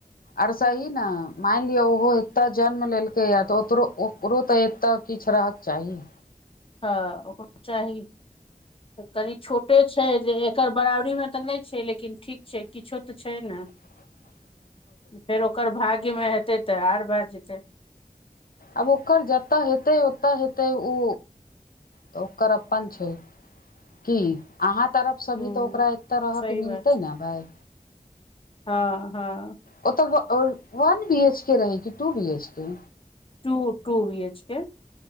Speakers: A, on the left; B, on the left.
A: आर सही ने मानि लिअ ओहो एतय जन्म लेलकैये तऽ ओकरो ओकरो तऽ एते किछु रहक चाही।
B: हँ ओकरो‌ त चाही। कनी छोटे छै, जे एकर बराबरी मे तऽ नहि छै लेकिन ठीक छै किछो तऽ छै ने।
A: हं।
B: फेर ओकर भाग्यमे हेतै तऽ आर भए जेतै।
A: आब ओकर जतय हेतै ओतय हेतै ओ तऽ ओकर अपन छै। की अहाँ तरफसँ
B: हूँ
A: भी तऽ ओकरा एतऽ रहऽके
B: सही
A: मिलतै
B: बात छै
A: ने भाइ।
B: हँ हँ
A: ओ तऽ वन बी एच के रहे की two B H K?
B: Two two V H K.